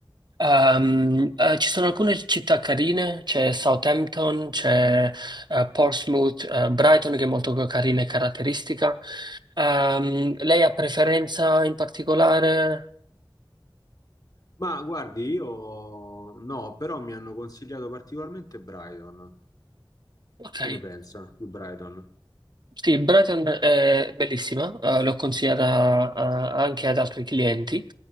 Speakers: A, on the right; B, on the left.
A: Ehm, eh, ci sono alcune città carine, c'è Southampton, c'è eh, Portsmouth, eh, Brighton che è molto carina e caratteristica. Ehm, lei ha preferenza in particolare?
B: Ma guardi, io no, però mi hanno consigliato particolarmente Brighton.
A: Ok.
B: Che ne pensa di Brighton?
A: Sì, Brighton è bellissima, eh, l'ho consigliata eh, anche ad altri clienti.